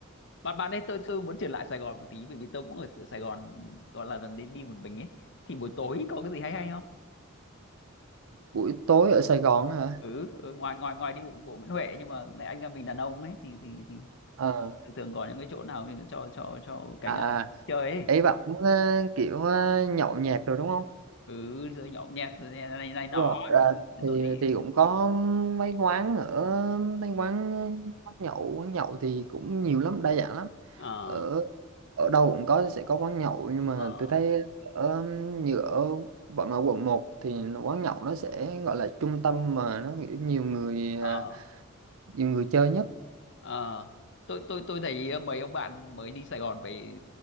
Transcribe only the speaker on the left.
Bạn bạn ấy tôi tôi muốn trở lại Sài Gòn một tí bởi vì tôi cũng ở ở Sài Gòn gọi là lần đi đi một mình ấy. Thì buổi tối có cái gì hay hay không?
Ừ, ừ ngoài ngoài ngoài đi bộ bộ Nguyễn Huệ nhưng mà mẹ anh em mình đàn ông ấy thì thì thì
thường thường có những cái chỗ nào cho cho cho cánh
đàn ông
chơi ấy.
ừ rồi nhậu nhẹt rồi này này, này nọ
ấy.
ừ,
rồi đi
ờ
ờ
ờ
ờ tôi tôi tôi thấy ờ, mấy ông bạn mới đi Sài Gòn về